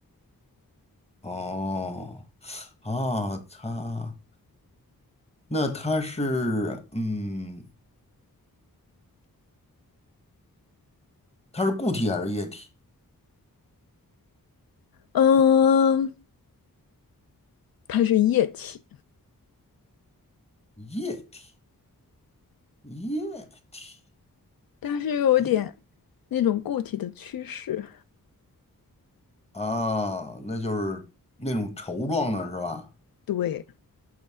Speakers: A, on the left (about 15°); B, on the left (about 75°).
A: 哦，啊，它那它是嗯，它是固体还是液体？
B: 嗯，它是液体。
A: 液体，液体。
B: 但是又有点
A: 液。
B: 那种固体的趋势，
A: 啊，那就是那种稠状的是吧？
B: 对，